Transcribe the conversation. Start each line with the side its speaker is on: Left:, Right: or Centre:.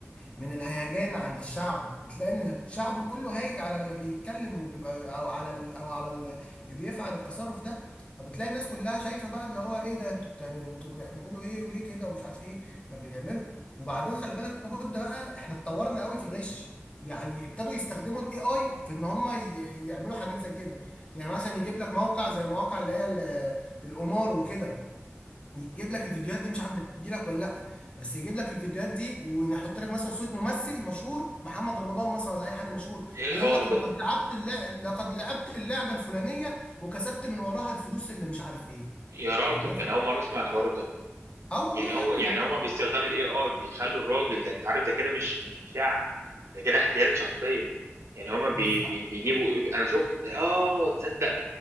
Left: من الهيجان عند الشعب بتلاقي إن الشعب كله هايج على اللي بيتكلم وبيبقى أو على ال أو على اللي بيفعل التصرف ده فبتلاقي الناس كلها شايفة بقى اللي هو إيه ده أنتوا بتعملوا أنتوا بيعملوا إيه وليه كده ومش عارف إيه فبيعملوا وبعدين خلي بالك لابد بقى إحنا اتطورنا قوي في الغش يعني ابتدوا يستخدموا الاي اي في ان هم ي- يعملوا حاجات زي كده يعني مثلا يجيب لك موقع زي مواقع اللي هي ال- القمار وكده يجيب لك الفيديوهات دي مش عارف بتجيلك ولا لا بس يجيب لك الفيديوهات دي ويحط لك مثلا صوت ممثل مشهور محمد رمضان مثلا ولا اي حد مشهور
Right: ايه الحوار
Left: ويقول لك
Right: ده
Left: لقد لعبت اللع... لقد لعبت اللعبه الفلانيه وكسبت من وراها الفلوس اللي مش عارف ايه
Right: يا راجل
Left: فالناس
Right: انا اول مره اسمع الحوار ده
Left: اه والله
Right: يعني
Left: يا
Right: هو
Left: ابني
Right: يعني هما باستخدام الاي اي بيخلوا الراجل ده انت عارف ده كده مش مش اشاعه ده كده احتيال شخصيه يعني هما بي
Left: بالظبط
Right: بي بيجيبوا إيه، انا شفت اه تصدق